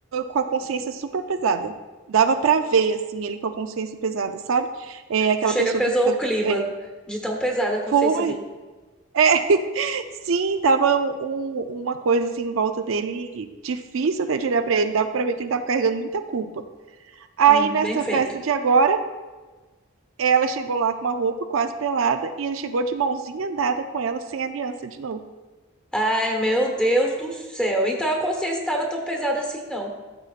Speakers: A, on the right; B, in the centre.
A: com a consciência super pesada. Dava pra ver, assim, ele com a consciência pesada, sabe? É aquela
B: Chega,
A: pessoa
B: pesou
A: que fica.
B: o clima
A: é,
B: de tão pesada a consciência
A: foi.
B: dele.
A: É, <laughs> sim, tava um- um, uma coisa assim em volta dele, difícil até de olhar pra ele, dava pra ver que ele tava carregando muita culpa. Aí
B: Hum,
A: nessa
B: bem feito.
A: festa de agora, ela chegou lá com uma roupa quase pelada e ele chegou de mãozinha dada com ela sem aliança de novo.
B: Ai, meu Deus do céu. Então a consciência estava tão pesada assim, não.